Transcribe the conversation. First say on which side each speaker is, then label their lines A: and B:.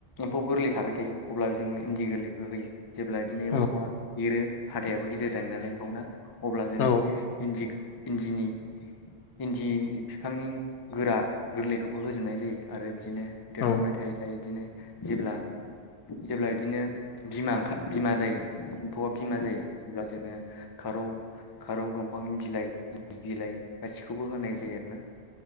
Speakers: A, on the left (about 40°); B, on the left (about 85°).
A: एम्फौ गोरलै थाबाय थायो अब्लाबो जों इन्दि गोरलैखौ होयो जेब्ला बिदिनो
B: औ
A: एम्फौआ एरो हाथायाबो गिदिर <unintelligible> <unintelligible> अब्ला जों
B: औ
A: इन्दि इन्दिनि इन्दि फिफांनि गोरा गोरलैखौबो होजोबनाय जायो आरो बिदिनो
B: औ
A: देरलांबाय थायै थायै बिदिनो जेब्ला जेब्ला बिदिनो बिमा ओंखार बिमा जायो <unintelligible> बिमा जायो अब्ला जोङो खारौ खारौ दंफांनि बिलाइ बिलाइ गासि <unintelligible> खौबो होनाय जायो आरो ना